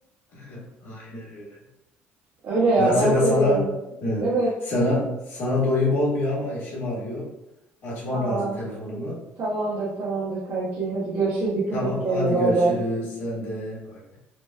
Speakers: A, on the left (about 55°); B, on the right (about 50°).
A: <laughs> Aynen öyle.
B: <laughs> Öyle ya
A: Ya
B: ben
A: Seda
B: seviyorum.
A: sana e,
B: Evet.
A: sana sana doyum olmuyor ama eşim arıyor. Açmam
B: Aa,
A: lazım telefonumu.
B: tamamdır tamamdır kanki. Hadi görüşürüz dikkat
A: Tamam
B: et kendine
A: hadi
B: bay
A: görüşürüz
B: bay.
A: sen de. Bay bay.